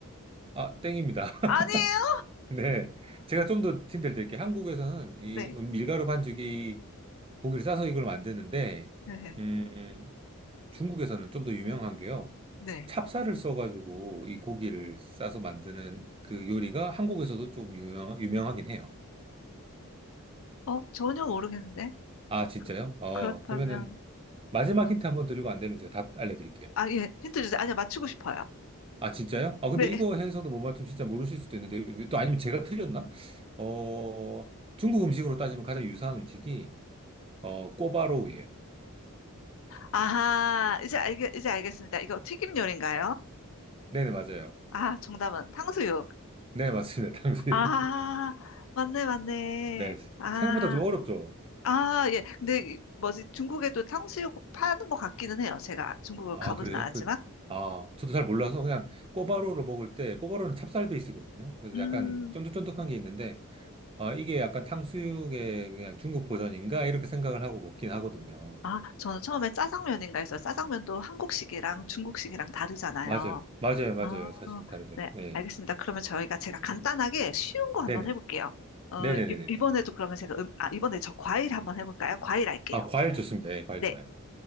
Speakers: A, on the right; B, on the left.
A: 아, 땡입니다. <laughs>
B: 아니에요?
A: 네. 제가 좀 더 힌트를 드릴게요. 한국에서는 이
B: 네,
A: 밀가루 반죽이 고기를 싸서 이걸 만드는데
B: 네,
A: 음, 중국에서는 좀 더 유명한 게요.
B: 네.
A: 찹쌀을 써가지고 이 고기를 싸서 만드는 그 요리가 한국에서도 좀 유명, 유명하긴 해요.
B: 어, 전혀 모르겠는데.
A: 아, 진짜요?
B: 그,
A: 어,
B: 그렇다면,
A: 그러면은 마지막 힌트 한번 드리고 안 되면 제가 답 알려드릴게요.
B: 아, 예, 힌트 주세요. 아니요, 맞추고 싶어요.
A: 아, 진짜요? 아, 근데
B: 네.
A: 이거 해서도 못 맞추면 진짜 모르실 수도 있는데 또 아니면 제가 틀렸나? 어, 중국 음식으로 따지면 가장 유사한 음식이 어, 꼬바로우예요.
B: 아하, 이제 알겠, 이제 알겠습니다. 이거 튀김 요리인가요?
A: 네네, 맞아요.
B: 아, 정답은 탕수육.
A: 네, 맞습니다. <laughs> 탕수육.
B: 아, 맞네, 맞네.
A: 네,
B: 아,
A: 생각보다 좀 어렵죠?
B: 아, 예. 근데 이- 뭐지 중국에도 탕수육 파는 것 같기는 해요. 제가 중국을
A: 아,
B: 가보진
A: 그래요?
B: 않았지만.
A: 그, 아, 저도 잘 몰라서 그냥 꼬바로우를 먹을 때, 꼬바로우는 찹쌀 베이스거든요. 그래서
B: 음,
A: 약간 쫀득쫀득한 게 있는데, 아, 이게 약간 탕수육의 그냥 중국 버전인가? 이렇게 생각을 하고 먹긴 하거든요.
B: 아, 저는 처음에 짜장면인가 해서 짜장면도 한국식이랑 중국식이랑 다르잖아요.
A: 맞아요. 맞아요. 맞아요.
B: 아,
A: 사실 다르죠.
B: 네,
A: 네.
B: 알겠습니다. 그러면 저희가 제가 간단하게 쉬운 거 한번
A: 네네.
B: 해볼게요. 어,
A: 네네네네네.
B: 이, 이번에도 그러면 제가 음, 아, 이번에 저 과일 한번 해볼까요? 과일 할게요.
A: 아, 과일 좋습니다. 예, 과일
B: 네,
A: 좋아요.